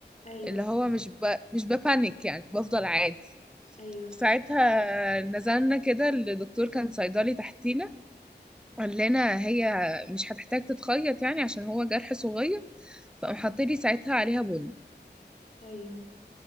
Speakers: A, on the left; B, in the centre.
A: ايوه
B: اللي هو مش ب... مش ببانيك يعني بفضل عادي
A: ايوه
B: ساعتها نزلنا كده الدكتور كان صيدلي تحتينا قال لنا هي مش هتحتاج تتخيط يعني عشان هو جرح صغير فقام حاطلي ساعتها عليها بن
A: ايوه